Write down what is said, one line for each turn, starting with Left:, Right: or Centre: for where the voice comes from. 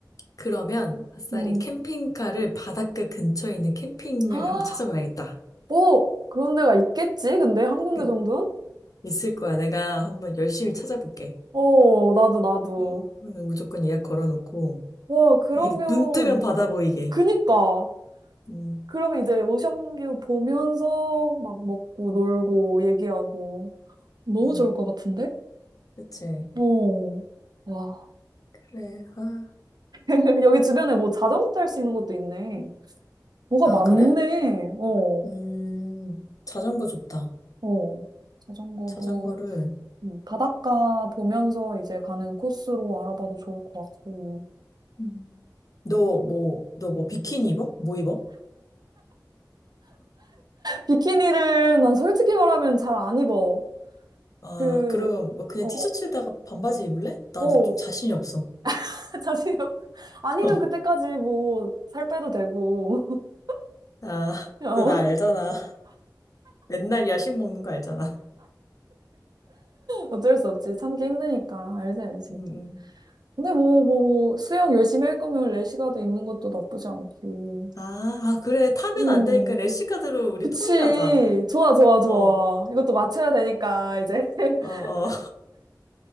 Left: 그러면 아싸리
Right: 음.
Left: 캠핑카를 바닷가 근처에 있는 캠핑을
Right: <gasps> 아,
Left: 한번 찾아봐야겠다.
Right: 뭐, 그런 데가 있겠지? 근데 한 군데
Left: 그-
Right: 정도는?
Left: 있을 거야. 내가 한번 열심히 찾아볼게.
Right: 어, 나도, 나도.
Left: 어, 무조건 예약 걸어놓고,
Right: 와, 그러면,
Left: 이, 눈 뜨면 바다 보이게.
Right: 그니까.
Left: 음,
Right: 그러면 이제 오션뷰 보면서 막 먹고 놀고 얘기하고. 너무
Left: 음,
Right: 좋을 것 같은데?
Left: 그치.
Right: 어. 와.
Left: 그래, 아.
Right: <laughs> 여기 주변에 뭐 자전거 탈 수 있는 것도 있네. 뭐가
Left: 아,
Right: 많네.
Left: 그래?
Right: 어,
Left: 음, 자전거 좋다.
Right: 어. 자전거도
Left: 자전거를,
Right: 음, 바닷가 보면서 이제 가는 코스로 알아봐도 좋을 것 같고.
Left: 음. 너 뭐, 너 뭐 비키니 입어? 뭐 입어?
Right: 비키니를 난 솔직히 말하면 잘 안 입어.
Left: 아,
Right: 그,
Left: 그러면 뭐 그냥
Right: 어,
Left: 티셔츠에다가 반바지 입을래? 나도
Right: 어,
Left: 좀 자신이 없어.
Right: <laughs> 자신이 아니면
Left: <laughs>
Right: 그때까지 뭐 살 빼도 되고. <laughs>
Left: 아,
Right: 어,
Left: 너 나 알잖아. 맨날 야식 먹는 거 알잖아.
Right: 어쩔 수 없지. 참기 힘드니까. 알지, 알지.
Left: 응 응.
Right: 근데 뭐, 뭐, 뭐 수영 열심히 할 거면 레시가드 입는 것도 나쁘지 않고.
Left: 아, 아, 그래. 타면
Right: 음,
Left: 안 되니까 래시카드로 우리
Right: 그치.
Left: 통일하자.
Right: 좋아, 좋아, 좋아.
Left: 어, 어,
Right: 이것도 맞춰야 되니까, 이제. <laughs>
Left: 어.